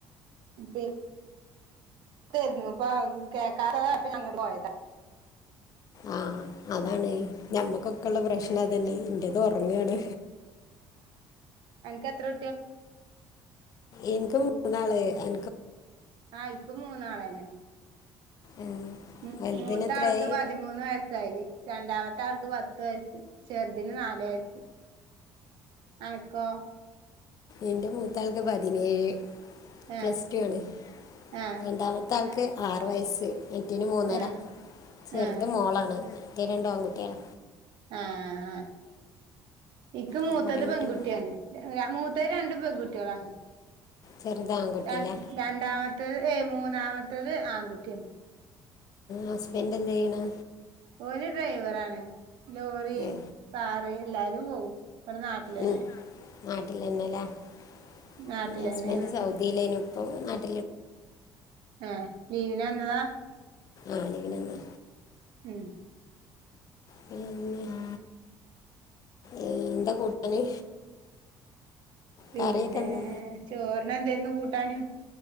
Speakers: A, on the right; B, on the left.
A: ജ <unintelligible> യിരുന്നു ഇപ്പ കേക്കാത ഇപ്പങ്ങട്ട് പോയതാ.
B: ആഹ് അതാണ് ഞമ്മക്കൊക്കെള്ള പ്രശ്നം
A: ഉം
B: അതന്നെ. എന്റ്ത് ഒറങ്ങാണ്.
A: അനക്ക്ത്രൊ
B: എനിക്ക് മൂന്നാള് അ
A: ആയിക്കും മൂന്നാള്ന്നെ.
B: ആഹ്
A: മ്
B: വലുതിന്
A: മൂത്ത
B: എത്രയായി
A: ആൾക്ക് പതിമൂന്ന് വയസ്സായി. രണ്ടാമ മത്താൾക്ക് പത്ത് വയസ് ചെറുതിന് നാലു വയസ്. അനക്കോ?
B: എന്റെ മൂത്താൾക്ക് പതിനേഴ്.
A: ആഹ്
B: പ്ലസ് ടു ആണ്
A: ആഹ്
B: രണ്ടാമത്തെ ആൾക്ക് ആറ് വയസ്സ്. മെറ്റിന് മൂന്നര
A: ആഹ്
B: ചെറുത്
A: ആഹ്
B: മോളാണ്. മറ്റേത് രണ്ടും ആൺകുട്ടികള.
A: ആഹആ ഇക്ക് മൂത്തത്
B: അത് പറയാൻ പറ്റുമോ
A: പെൺകുട്ടിയാണ്. മൂത്തത് രണ്ട് പെൺകുട്ടികളാണ്.
B: ചെറുത് ആൺകുട്ടിയില്ലേ
A: ര രണ്ടാമത്തത് ഏ മൂന്നാമത്തത് ആൺകുട്ടിയാണ്.
B: ഹസ്ബൻഡ് എന്ത് ചെയ്യാണ്.
A: ഒരു ഡ്രൈവർ ആണ്. ലോറി,
B: ഏ
A: കാറ് എല്ലാലും. പോകും.. ഇവിടെ നാട്ടില
B: ഉം.
A: ലോ
B: <unintelligible>
A: നാട്ടില് തന്നെയാണ് ഏ ലീവിന് വന്നതാ.
B: ആഹ് ലിവിന് എന്താ
A: ഉം. <inaudible>
B: പിന്നെ ഏ എന്താ കൂട്ടാന്.
A: പിന്നെ
B: കറിയൊക്കെ എന്താ
A: ചോറിന എന്തായിരുന്നു കൂട്ടാനും.